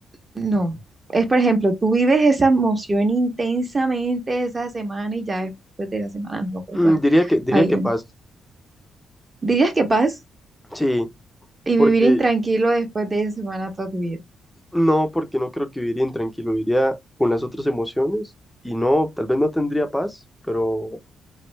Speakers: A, on the right; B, in the centre.
A: no. Es, por ejemplo, tú vives esa emoción intensamente esa semana y ya después de esa semana no lo vuelvas
B: Mm, diría que, diría
A: a ir
B: que paz.
A: más. ¿Dirías que paz?
B: Sí,
A: Y
B: porque
A: vivir intranquilo después de esa semana toda tu vida.
B: no, porque no creo que viviría intranquilo, viviría con las otras emociones y no, tal vez no tendría paz, pero